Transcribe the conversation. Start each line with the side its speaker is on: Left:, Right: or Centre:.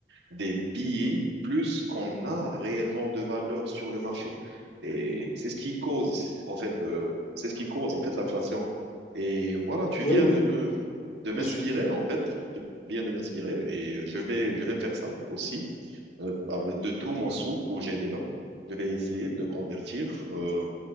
Right: des billets plus qu'on a réellement de valeur sur le marché. Et c'est ce qui cause, en fait, euh, c'est ce qui cause, en fait, l'inflation. Et voilà, tu
Left: oui
Right: viens
Left: oui
Right: de me, de m'inspirer,
Left: je suis
Right: en fait. Tu viens de m'inspirer et je vais, je vais faire ça aussi euh, avec de tout mon souk que j'ai déjà. Je vais essayer de le convertir, euh,